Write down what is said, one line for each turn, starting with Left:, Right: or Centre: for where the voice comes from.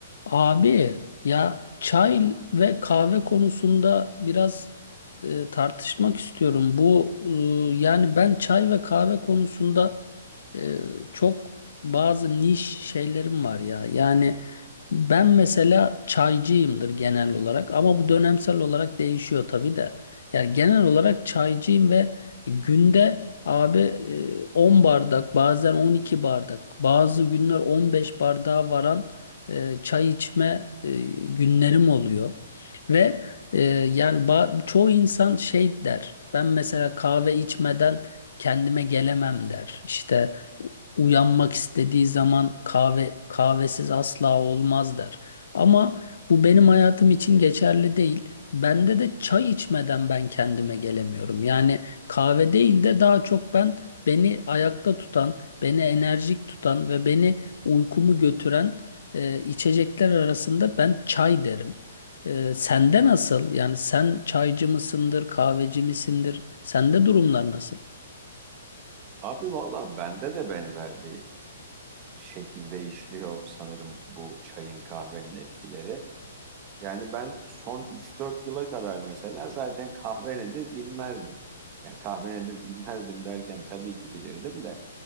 Left: Abi ya çay ve kahve konusunda biraz e, tartışmak istiyorum. Bu e, yani ben çay ve kahve konusunda e, çok bazı niş şeylerim var ya. Yani ben mesela çaycıyımdır genel olarak ama bu dönemsel olarak değişiyor tabii de. Yani genel olarak çaycıyım ve günde abi e, 10 bardak bazen 12 bardak bazı günler 15 bardağa varan e, çay içme e, günlerim oluyor. Ve e, yani ba- çoğu insan şey der. Ben mesela kahve içmeden kendime gelemem der. İşte uyanmak istediği zaman kahve kahvesiz asla olmaz der. Ama bu benim hayatım için geçerli değil. Bende de çay içmeden ben kendime gelemiyorum. Yani kahve değil de daha çok ben beni ayakta tutan, beni enerjik tutan ve beni uykumu götüren e, içecekler arasında ben çay derim. E, sende nasıl? Yani sen çaycı mısındır, kahveci misindir? Sende durumlar nasıl?
Right: Abi valla bende de benzer bir şekilde işliyor sanırım bu çayın kahvenin etkileri. Yani ben son üç dört yıla kadar mesela zaten kahve nedir bilmezdim. Ya kahve nedir bilmezdim derken tabii ki bilirdim de.